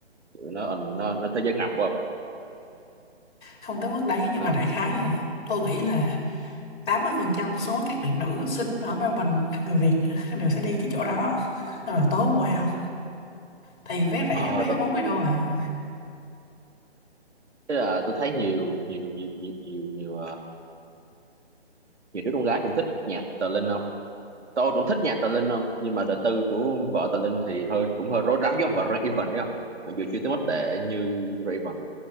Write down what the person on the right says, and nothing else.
Tụi nó nó nó thế giới ngầm quá
nó
ờ
tôi
thế là tôi thấy nhiều nhiều nhiều nhiều nhiều nhiều nhiều đứa con gái cũng thích nhạc tờ Linh không tôi cũng thích nhạc tờ Linh không nhưng mà đời tư của vợ tờ Linh thì hơi cũng hơi rối rắm giống vợ Ray Evan đấy không mặc dù chưa tới mức tệ như Ray Evan